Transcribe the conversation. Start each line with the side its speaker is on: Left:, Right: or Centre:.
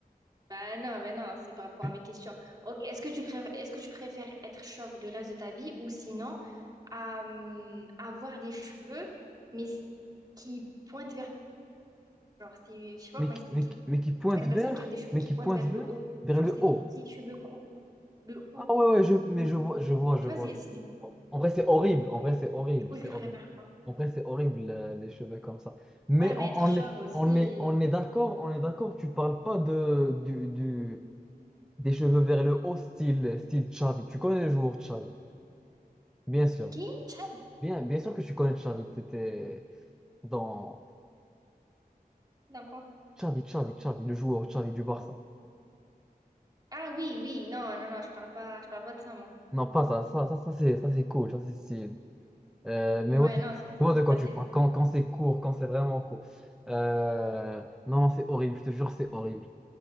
Right: Bah non, mais non, c'est par rapport
Centre: <laughs>
Right: à mes questions. Ok, est-ce que tu préfères, est-ce que tu préfères être chauve le reste de ta vie ou sinon euh, avoir des cheveux mais qui pointent vers genre c'est, je sais pas
Centre: Mais,
Right: comment
Centre: qui-
Right: expliquer.
Centre: mais, qui- mais qui pointe
Right: Je vois des
Centre: vers,
Right: personnes qui ont des cheveux
Centre: mais
Right: qui
Centre: qui
Right: pointent
Centre: pointe
Right: vers
Centre: vers,
Right: le haut,
Centre: vers
Right: genre
Centre: le
Right: c'est
Centre: haut.
Right: des petits cheveux courts, le haut,
Centre: Ah ouais, ouais, je, mais
Right: le
Centre: je vois,
Right: haut.
Centre: je vois, je
Right: Tu vois,
Centre: vois.
Right: c'est
Centre: je
Right: c'est
Centre: vois.
Right: des...
Centre: En vrai, c'est horrible. En vrai, c'est horrible.
Right: du coup
Centre: C'est
Right: je
Centre: horrible.
Right: préfère quoi?
Centre: En vrai, c'est horrible, euh, les cheveux comme ça. Mais
Right: Ouais, mais
Centre: on,
Right: être
Centre: on
Right: chauve
Centre: est,
Right: aussi.
Centre: on
Right: et-
Centre: est, on est d'accord, on est d'accord. Tu parles pas de, du, du- des cheveux vers le haut, style, style Xavi. Tu connais le joueur Xavi, bien sûr.
Right: Qui? Chad?
Centre: Bien, bien sûr que tu connais Xavi. T'étais dans
Right: Dans quoi?
Centre: Xavi, Xavi, Xavi, le joueur Xavi du Barça.
Right: Ah oui, oui, non, non, non, je parle pas, je parle pas de ça moi.
Centre: Non, pas ça. Ça, ça, ça, c'est, ça, c'est cool. Ça, c'est stylé. Euh, mais
Right: Ouais,
Centre: ouais, je
Right: non, sinon c'est
Centre: vois
Right: trop
Centre: de quoi
Right: facile.
Centre: tu parles. Quand, quand c'est court, quand c'est vraiment court. Euh, non, c'est horrible, je te jure, c'est horrible.